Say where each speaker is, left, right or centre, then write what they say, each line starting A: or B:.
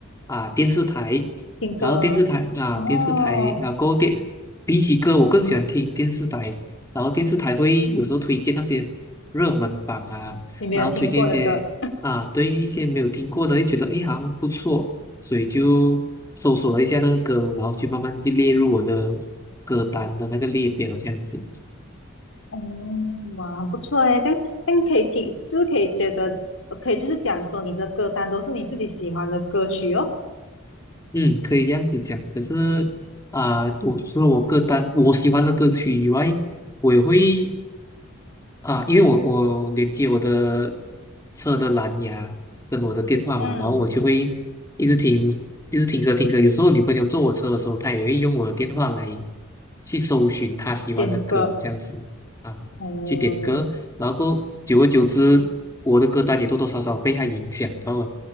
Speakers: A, on the left (about 15°); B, on the left (about 70°).
A: 啊、电视台，
B: 听歌哦，
A: 然后电视台啊、电视台，然后电比起歌，我更喜欢听电视台，然后电视台会有时候推荐那些热门榜啊，
B: 你没有听过的歌，
A: 然后推荐一些啊对一些没有听过的，就觉得诶好像不错，所以就搜索了一下那个歌，然后就慢慢就列入我的歌单的那个列表这样子。
B: 嗯，哇，很不错诶，这样这样可以听，就是可以觉得可以就是讲说你的歌单都是你自己喜欢的歌曲哦，
A: 嗯，可以这样子讲。可是啊、我除了我歌单我喜欢的歌曲以外，我也会啊，因为我我连接我的车的蓝牙跟我的电话嘛，
B: 嗯，
A: 然后我就会一直听，一直听歌听歌。有时候女朋友坐我车的时候，她也会用我的电话来去搜寻她喜欢的歌，
B: 点歌，
A: 这样子啊，
B: 嗯，
A: 去点歌。然后过后久而久之，我的歌单也多多少少被她影响到了。